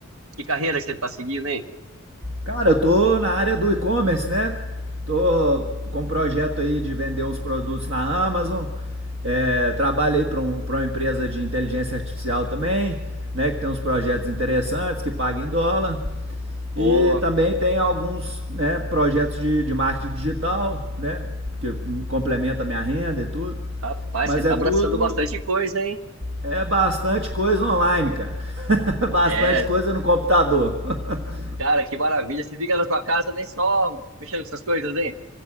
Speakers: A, on the right (about 75°); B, on the right (about 60°).
A: Que carreira que você tá seguindo, hein?
B: Cara, eu tô na área do e-commerce, né? Tô com um projeto aí de vender uns produtos na Amazon. É, trabalho aí para um, pra uma empresa de inteligência artificial também, né? Que tem uns projetos interessantes, que paga em dólar.
A: Ô,
B: E também tem alguns né, projetos de, de marketing digital, né? Que complementa a minha renda e tudo.
A: rapaz,
B: Mas
A: você tá
B: é tudo
A: abraçando bastante coisa, hein?
B: É bastante coisa online, cara. <laughs> bastante
A: É,
B: coisa no computador. <laughs>
A: cara, que maravilha. Você fica na sua casa nem só mexendo com essas coisas, hein?